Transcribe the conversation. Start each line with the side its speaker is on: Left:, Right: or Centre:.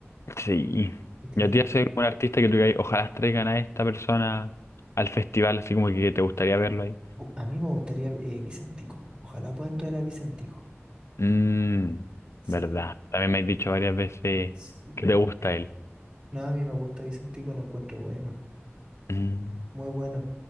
Left: Sí.
Right: Tiene,
Left: Y a ti hace un artista que tú digas, ojalá traigan a esta persona al festival, así como que te gustaría verlo ahí.
Right: a mí me gustaría eh, Vicentico. Ojalá pueda entrar a Vicentico.
Left: Mmm,
Right: Sí,
Left: verdad. También me has dicho varias veces
Right: sí.
Left: que te gusta él.
Right: No, a mí me gusta Vicentico, lo encuentro bueno,
Left: Mm,
Right: muy bueno.